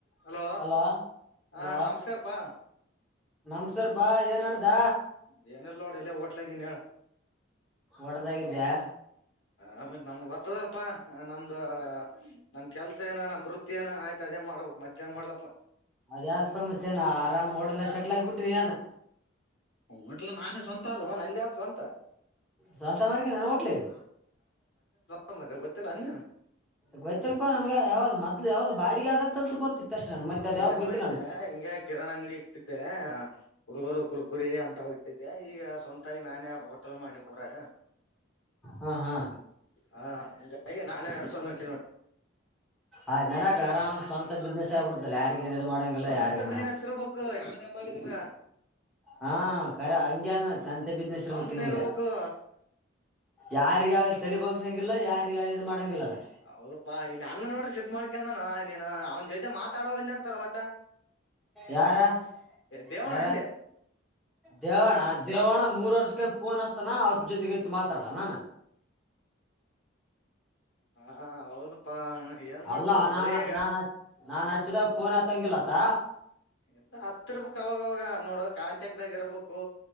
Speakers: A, on the left; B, in the centre.
A: Hello
B: hello
A: ಹಾ
B: hello
A: ನಮಸ್ಕಾರಪಾ
B: ನಮಸ್ಕರ ಅಪ ಏನ್ ನಡದ.
A: ಅದ ಏನೀಲ್ಲ ನೋಡ ಇಲ್ಲ ಹೋಟ್ಲಗಿನ್ ಹೇಳ.
B: ಹೋಟಲ್ಗಿದ್ದೆ
A: ಹ ನಮ್ಮ ಗೊತ್ತದರಪಾ. ನಮ್ದು ನಮ್ ಕೆಲ್ಸ ಏನ ನಮ್ ವೃತ್ತಿ ಏನ ಆಯ್ತ ಅದೇ ಮಾಡ್ಬಬೇಕಕ್ ಮತ್ತೇಏನ್ ಮಾಡ್ಲಪ್ಪ
B: ಅದ ಯಾವ್ದಪ್ಪ ಮತ್ತೇನ ಆರಾಮ್ ಓಡಲ್ಲ ಶೆಟ್ಲ್ ಆಗಿಬ ಬಿಟ್ಟರಿ ಏನ
A: ಹಟ್ಲ್ಲ ನಾನೇ ಸ್ವಂತ ಆದ ನಂದೇ ಆದ ಸ್ವಂತ
B: ಸ್ವಂತ ಮಾಡಿಕೊಂಡೆ ನಾ ಹೋಟ್ಲಾದು
A: ಹ ಮತ್ತ ಗೊತ್ತಲ್ಲ ಅನ್ನ
B: ಗೊತ್ತಲ್ಪಾ ನನ್ಗ ಯಾವ್ದ ಮೊದ್ಲು ಯಾವ್ದ ಅದು ಬಾಡಿಗೆ ಆದಂತಂತೂ ಗೊತ್ತಿತ್ತು ಅಷ್ಟೇ ನಾನು ಮಧ್ಯ್ಯಾ
A: ಮೊದಲ್
B: ಅದ್ ಯಾವ್ದು
A: ಏನ್
B: ಗೊತ್ತಿಲ್ಲ
A: ಮಾಡಿದ್ದೆ
B: ನಾನು
A: ಹಿಂಗೆ ಕಿರಾಣ ಅಂಗಡಿ ಇಟ್ಟಿದ್ದೆ ಹುಡುಗರು ಕುರ್ಗುರಿ ಅಂತ ಇಟ್ಟಿದ್ದೆ ಈಗ ಸ್ವಂತಾಗಿ ನಾನೇ ಹೋಟೆಲ್ ಮಾಡಿ ಊರಾಗ
B: ಹಾ ಹಾ
A: ಹಾ ಹಾಗೆ ನಾನೇ ನಡ್ಸೋಡಂಟ
B: ಆಯ್ತು ನಡಾಕಡೆ ಆರಾಮ್ ಅಂತ ಬಿಜ್ಞೇಶ್ ಕೊಡ್ತಲ್ಲ ಯಾರಗ ಇದು ಮಾಡಂಗಲ್ಲ
A: ಸ್ವಂತ
B: ಯಾರಗ
A: ಬಿಸಿನೆಸ್ ಇರ್ಬೇಕು ಯಾವ್ದೇ ಮಾಡಿದ್ರ
B: ಹಾ ಕರ ಹಂಗಗೆ ಅಂತೆ ಬಿದ್ನೆಸರ್
A: ಸ್ವಂತ
B: ಬಕ್ಕನ್ ಈಗ
A: ಇರ್ಬೇಕು
B: ಯಾರಿಗ ತಲಿಪೋಗಸಂಗಿಲ್ಲ ಯಾರ <unintelligible> ಅಲ್ಲೇ
A: ಅವಳಪ್ಪಾ ಇಲ್ಲಿ ಅನ್ನ ನೋಡ್ರಿ ಶಫ್ ಮಾಡ್ಕಂದಾನ ನೀನು ಅವನ ಜೊತೆ ಮಾತಾಡಲ್ಲಿ ಅಂತಾರ ಹೊಟ್ಟ
B: ಯಾರಾ
A: ದೇವಣ್ಣ
B: ಯಾರ
A: ಅಂದೆ
B: ದೇವಣ ದೇವಣ ಮೂರ್ ವರ್ಷಕಾಯ ನ್ಸ್ತಾನ ಜೊತೆಗ ಮಾತಾಡಲ ನ ನ
A: ಹಾ ಹೌದಪಾ ಏನ್
B: ಅಲ್ಲ
A: ಮಾಡ್ತವ
B: ನಾನ
A: ಬರಗ
B: ನಾನ್ ಹಚ್- ನಾನ್ ಹಚ್ಚಿದಾಗ ಪೋನ್ ಹತ್ತಂಗಿಲ್ಲತ್ತ
A: ಎಲ್ಲ ಹತ್ ಇರ್ಬೇಕಕ್ ಅವಾಗವಾಗ ನೋಡು ಕಾಂಟಕ್ದಾಗ ಇರ್ಬೇಕು